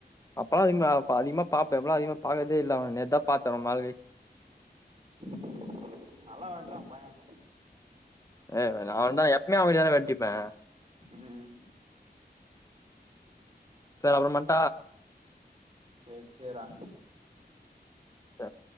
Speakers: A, on the left; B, on the right.
A: அப்பல்லாம் அதிகமா பா அதிகமா அப்பல்லோ <unintelligible> அதிகமா பாப்பே இப்பல்லா அதிகமா பாக்கதே இல்ல நேத்தா பாத்தே ரொம்ப நாள் கழிச்சி
B: <inaudible> நல்லா வெட்றா பைய முடி
A: ஏ நா அவட்தா எப்யுமே அவகிட்டதானே வெட்டிப்பே
B: ம்
A: சேரி அப்பறோ பண்
B: சேர் சேரா
A: சேர்